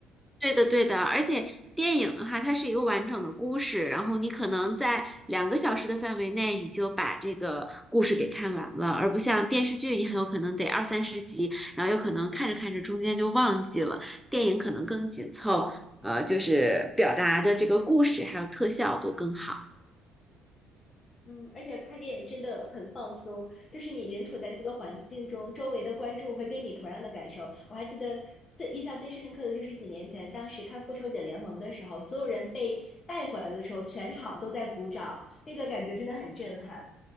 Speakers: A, in the centre; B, on the left.
A: 对的，对的，而且电影的话，它是一个完整的故事，然后你可能在两个小时的范围内，你就把这个故事给看完了，而不像电视剧，你很有可能得二三十集，然后有可能看着看着中间就忘记了。电影可能更紧凑，呃，就是表达的这个故事还有特效都更好。
B: 嗯，而且看电影真的很放松，就是你人处在那个环境中，周围的观众会跟你同样的感受。我还记得最印象最深刻的就是几年前，当时看《复仇者联盟》的时候，所有人被带回来的时候，全场都在鼓掌，那个感觉真的很震撼。